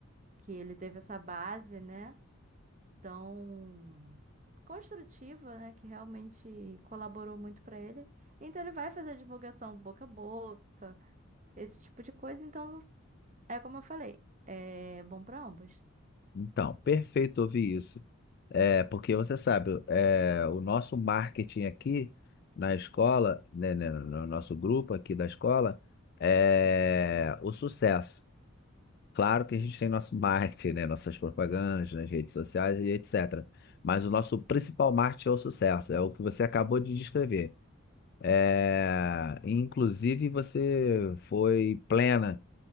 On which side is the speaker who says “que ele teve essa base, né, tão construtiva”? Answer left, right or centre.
Right